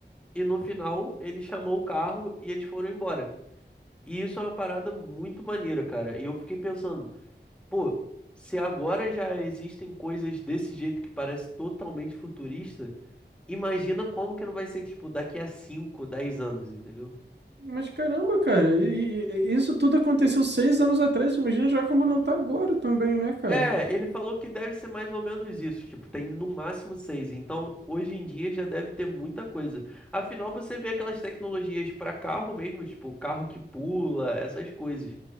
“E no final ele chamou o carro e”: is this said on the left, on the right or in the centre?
Centre